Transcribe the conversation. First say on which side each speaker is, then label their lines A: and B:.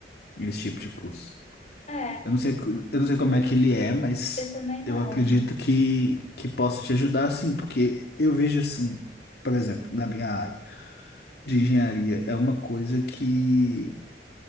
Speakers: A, on the left (about 60°); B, on the left (about 40°).
A: Esse tipo de curso.
B: É,
A: Eu não sei, co- eu não sei como é que ele é, mas
B: eu também
A: eu
B: não.
A: acredito que, que possa te ajudar, sim, porque eu vejo assim, por exemplo, na minha área de engenharia, é uma coisa que